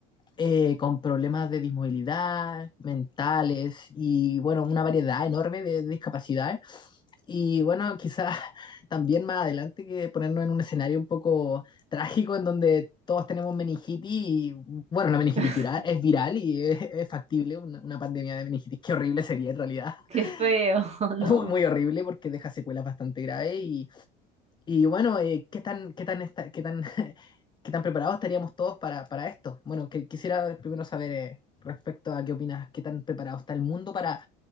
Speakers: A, on the left (about 25°); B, on the right (about 35°).
A: eh, con problemas de dismovilidad, mentales y bueno, una variedad enorme de, de discapacidades. Y bueno, quizás <laughs> también más adelante que ponernos en un escenario un poco trágico en donde todos tenemos meningitis y bueno, la meningitis
B: <laughs>
A: viral, es viral y es, es factible una, una pandemia de meningitis. Qué horrible sería en realidad. <laughs>
B: Qué feo, <laughs> ¿no?
A: Muy, muy horrible porque deja secuelas bastante graves y y bueno, eh, ¿qué tan, qué tan, esta- qué tan, <laughs> qué tan preparados estaríamos todos para, para esto? Bueno, que, quisiera primero saber eh, respecto a qué opinas, qué tan preparado está el mundo para,